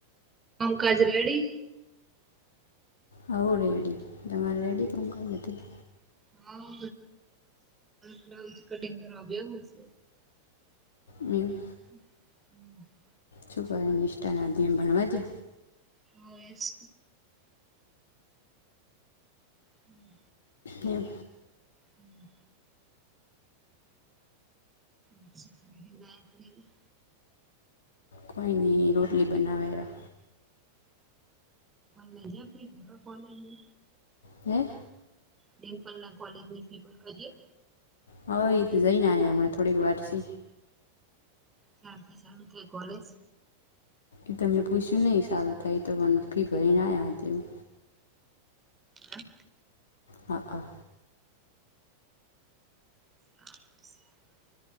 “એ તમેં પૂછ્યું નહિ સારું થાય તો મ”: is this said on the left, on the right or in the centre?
Left